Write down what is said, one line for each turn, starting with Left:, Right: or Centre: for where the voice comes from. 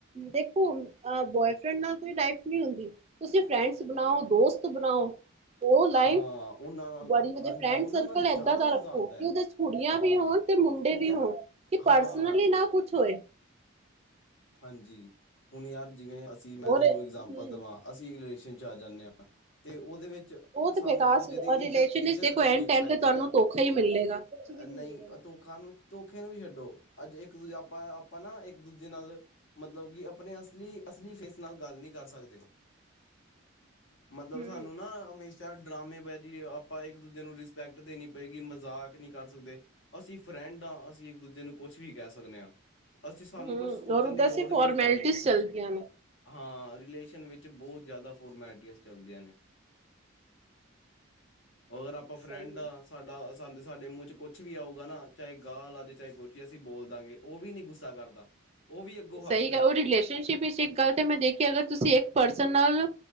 Right: ਦੇਖੋ, ਅ ਬੋਏਫ੍ਰੈਂਡ ਨਾਲ ਕੋਈ ਲਾਈਫ ਨੀ ਹੁੰਦੀ ਤੁਸੀਂ ਫਰੈਂਡਸ ਬਣਾਓ, ਦੋਸਤ ਬਣਾਓ। ਓ ਲਾਈਫ,
Left: ਹਾਂ ਉਹਨਾਂ ਨਾਲ
Right: ਬੜੀ ਵਦੀਆ
Left: ਹਾਂਜੀ
Right: ਫਰੈਂਡ
Left: ਉਹਨਾਂ
Right: ਸਰਕਲ
Left: ਨਾਲ
Right: ਏਦਾਂ
Left: ਜ਼ਿਆਦਾ
Right: ਦਾ ਰੱਖੋ,
Left: ਮਜ਼ਾ ਆਉਂਦਾ
Right: ਕਿ
Left: ਹੈ
Right: ਓਦੇ ਚ ਕੁੜੀਆਂ
Left: ਹਾਂ
Right: ਵੀ ਹੋਣ ਤੇ ਮੁੰ ਡੇ
Left: ਹੁਣ ਯਾਰ
Right: ਵੀ ਹੋਨ ਕਿ ਪਰਸਨਲੀ
Left: ਹਾਂ
Right: ਨਾ ਕੁਛ ਹੋਏ।
Left: ਹਾਂਜੀ, ਹੁਨ ਯਾਰ ਜਿਵੇਂ ਅਸੀਂ ਮੈਂ
Right: ਔਰ
Left: ਤੁਆਨੂੰ
Right: ਹਮ
Left: ਇਗਜਾਮਪਲ ਦਵਾਂ ਅਸੀਂ ਰਿਲੇਸ਼ਨ ਚ ਆ ਜਾਂਨੇ ਆਂ ਤਾਂ, ਤੇ ਓਦੇ ਵੇੱਚ
Right: ਉਹ
Left: ਸਾਨੂੰ
Right: ਤੇ ਬੇਕਾਰ
Left: ਇੱਕ-ਦੂਜੇ
Right: ਸੀ।
Left: ਦੀ
Right: ਔਰ ਰਿਲੇਸ਼ਨ
Left: ਇੱਜ਼ਤ-ਇੱਜ਼ਤ
Right: ਵਿੱਚ ਦੇਖੋ
Left: ਰੱਖਣੀ
Right: ਐਨ ਟਾਈਮ
Left: ਪੈਂਦੀ
Right: ਤੇ ਤੁਹਾਨੂੰ
Left: ਐ,
Right: ਧੋਖਾ ਹੀ ਮਿਲੇਗਾ ਕੁਛ ਵੀ ਨਹੀਂ
Left: ਨਈਂ।
Right: ਮਿਲੇਗਾ
Left: ਧੋਖਾ ਨੂੰ ਧੋਖੇ ਨੂੰ ਵੀ ਛੱਡੋ, ਅੱਜ ਇੱਕ ਦੂਜੇ ਆਪਾਂ-ਆਪਾਂ ਨਾ ਇੱਕ-ਦੂਜੇ ਨਾਲ ਮਤਲਬ ਕਿ ਅਪਨੇ ਅਸਲੀ-ਅਸਲੀ ਫੇਸ ਨਾਲ ਗੱਲ ਨੀ ਕਰ ਸਕਦੇ। ਮਤਲਬ
Right: ਹਮ
Left: ਸਾਨੂੰ ਨਾ ਹਮੇਸ਼ ਸ਼ਾ ਡਰਾਮੇ ਬਾਜੀ ਆਪਾਂ ਇੱਕ ਦੂਜੇ ਨੂੰ ਰਿਸਪੈਕਟ ਦੇਨੀ ਪਏਗੀ, ਮਜ਼ਾਕ ਨੀ ਕਰ ਸਕਦੇ। ਅਸੀਂ ਫਰੈਂਡ ਆਂ, ਅਸੀਂ ਇੱਕ ਦੂਜੇ ਨੂੰ ਕੁਛ ਵੀ ਕਹਿ ਸਕਨੇ ਆ, ਅਸੀਂ ਸਾਨੂੰ
Right: ਹਮ
Left: ਕੁਛ ਸੋਚਣ
Right: ਔਰ ਉੱਦਾਂ
Left: ਦੀ ਲੋੜ
Right: ਸੀ ਫੋਰਮੈਲਟੀਜ਼
Left: ਵੀ ਨਹੀਂ ਪੈਣੀ
Right: ਚੱਲਦੀਆਂ ਨੇ।
Left: ਹਾਂ, ਰਿਲੇਸ਼ਨ ਵਿੱਚ ਬੋਹਤ ਜਿਆਦਾ ਫੋਰਮੈਲਿਟੀਆਜ਼ ਚੱਲਦੀਆਂ ਨੇ। ਅਗਰ ਆਪਾਂ ਫਰੈਂਡ
Right: ਸਹੀ
Left: ਆ।
Right: ਹੈ
Left: ਸਾਡਾ ਸਾਡੇ -ਸਾਡੇ ਮੂੰਹ ਚ ਕੁਛ ਵੀ ਆਊਗਾ ਨਾ, ਚਾਹੇ ਗਾਲ੍ਹ ਆਜੇ ਚਾਹੇ ਕੁਛ ਅਸੀਂ ਬੋਲ ਦਾਂਗੇ ਓ ਵੀ ਨੀ ਗੁੱਸਾ ਕਰਦਾ। ਉਹ ਵੀ ਅੱਗੋਂ
Right: ਸਈ
Left: ਹੱਸਦਾ
Right: ਗੱਲ ਓ ਰਿਲੇਸ਼ਨਸ਼ਿਪ ਵਿੱਚ
Left: ਹ-
Right: ਇੱਕ ਗੱਲ ਤੇ ਮੈਂ ਦੇਖਿਆ ਅਗਰ ਤੁਸੀਂ ਇੱਕ ਪਰਸਨ ਨਾਲ